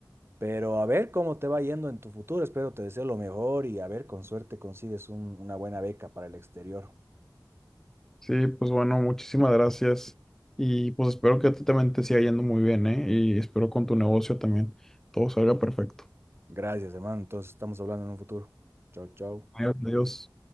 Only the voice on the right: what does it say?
Pero a ver cómo te va yendo en tu futuro, espero te deseo lo mejor y a ver, con suerte consigues un- una buena beca para el exterior.
Gracias, hermano, entonces estamos hablando en un futuro. Chao, chao.